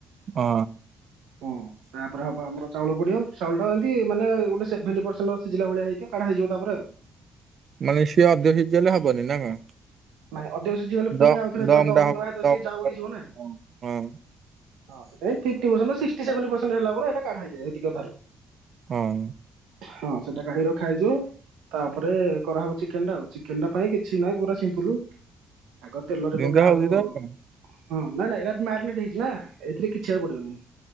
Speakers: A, on the right (about 55°); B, on the right (about 85°).
A: ହଁ।
B: ହଁ। ତାପରେ ହବ ଆମର ଚାଉଳ ପଡ଼ିବ ଚାଉଳଟା ଏମିତି ମାନେ ଗଟେ ସେଭେଣ୍ଟି ପର୍ ସେଣ୍ଟ ସିଝିଲା ଭଳିଆ ହେଇଥିବ କଡ଼ାହେଇ ଯିବ ତାପରେ ଆଉ
A: ମାନେ ସେ ଅଧିକ ସିଝି ଗଲେ ହବନି ନାଁ କଣ?
B: ମାନେ ଅଧିକ ସିଝିଗଲେ ପୁଣି
A: ଦ
B: ଆଉଥରେ ଯେତେବେଳେ
A: ଦମ
B: ଦମ୍
A: ଟା ହବ
B: ଦେବା ପୁଣି ଆଉ ଥରେ ଯାଉ
A: ଦମ
B: ହେଇଯିବ ନା?
A: ହଁ
B: ହଁ fifty percent sixty seventy percent ହେଲା ପରେ କାଢ଼ା ହେଇଯାଏ <inaudible>
A: ହଁ।
B: ହଁ ସେଟା କାଢ଼ିକି ରଖା ହେଇଯିବ। ତାପରେ କରାହେବ ଚିକେନ୍‌ଟା ଆଉ ଚିକେନ୍‌ ଟା ପାଇଁ କିଛି ନାହିଁ ପୁରା ସିମ୍ପୁଲୁ ଆଗ ତେଲରେ
A: ଯେମିତି
B: ପକା ହବ।
A: ହଉଛି
B: ହଁ
A: ତ ଆଉ କଣ?
B: ନାଇଁ ନାଇଁ ଏଇଟା ମାରିନେଟ ହେଇଛି ନା ଏଥିରେ କିଛି ଆଉ ପଡ଼ିବନି